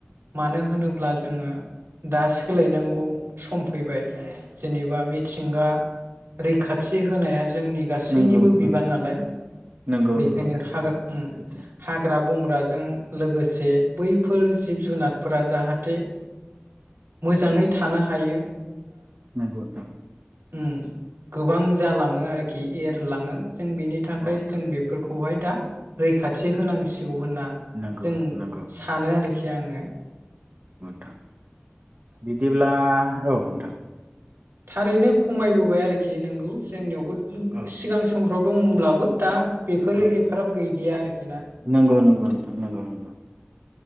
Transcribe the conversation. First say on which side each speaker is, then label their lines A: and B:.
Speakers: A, on the right; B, on the right.
A: मानो होनोब्ला जोंङो दा सोलायनांगौ सम फैबाय जेनेबा मिथिंगा रैखाथि होनाया जोंनि गासैनिबो
B: नंगौ
A: बिबोबि
B: नंगौ
A: बाननालाय
B: नंगौ
A: बेखायनो
B: नंगौ नोंथां
A: हाग्रा
B: नंगौ
A: ओ
B: सैथो
A: हाग्रा बंग्राजों लोगोसे बैफोर जिब जुनारफोरा जाहाथे मोजाङै थानो हायो।
B: नंगौ नोंथां।
A: उम्म गोबां जालाङो आरोखि इ एरलाङो
B: औ
A: जों बेनि थाखाय
B: औ नोंथां
A: जों बेफोरखौहाय दा रैखाथि होनांसिगौ। होनना
B: नंगौ
A: जों
B: नंगौ
A: सानो आरोखि आंङो।
B: थां बिदिब्ला औ नोंथां।
A: थारैनो खमायबोबाय आरोखि नोंगौ जोंनियावबो
B: औ
A: सिगां सम दं होनब्लाबो दा बेफोरो
B: औ
A: एफाराब गैय <unintelligible>
B: नंगौ नंगौ नोंथां नंगौ नंगौ